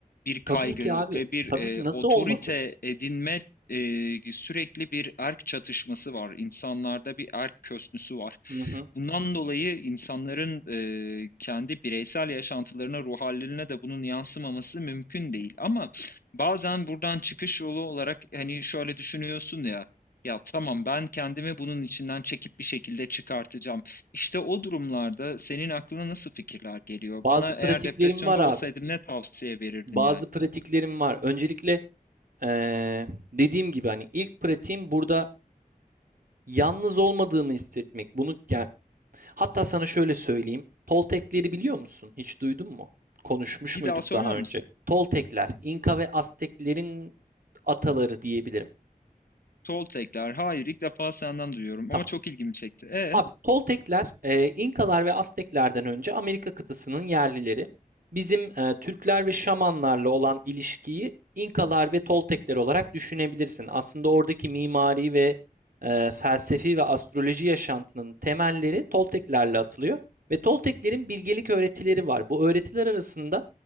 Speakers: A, on the left; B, on the right.
A: bir kaygı
B: Tabii ki abi.
A: ve bir
B: Tabii
A: eee,
B: ki nasıl
A: otorite
B: olmasın?
A: edinme eee, sürekli bir erk çatışması var. İnsanlarda bir erk kösnüsü var.
B: Hı hı.
A: Bundan dolayı insanların eee, kendi bireysel yaşantılarına, ruh hallerine de bunun yansımaması mümkün değil. Ama bazen buradan çıkış yolu olarak hani şöyle düşünüyorsun ya. Ya tamam ben kendimi bunun içinden çekip bir şekilde çıkartacağım. İşte o durumlarda senin aklına nasıl fikirler geliyor?
B: Bazı
A: Bana eğer
B: pratiklerim
A: depresyonda
B: var abi.
A: olsaydım ne tavsiye verirdin
B: Bazı
A: yani?
B: pratiklerim var. Öncelikle eee, dediğim gibi hani ilk pratiğim burada yalnız olmadığımı hissetmek. Bunu yani hatta sana şöyle söyleyeyim. Toltekleri biliyor musun? Hiç duydun mu? Konuşmuş
A: Bir
B: muyduk
A: daha söyler
B: daha önce?
A: misin?
B: Toltekler, İnka ve Azteklerin ataları diyebilirim.
A: Toltekler. Hayır ilk defa senden duyuyorum
B: Tamam.
A: ama çok ilgimi çekti. E,
B: Abi Toltekler, e, İnkalar ve Azteklerden önce Amerika kıtasının yerlileri. Bizim e, Türkler ve Şamanlarla olan ilişkiyi İnkalar ve Toltekler olarak düşünebilirsin. Aslında oradaki mimari ve e, felsefi ve astroloji yaşantının temelleri Tolteklerle atılıyor ve Tolteklerin bilgelik öğretileri var. Bu öğretiler arasında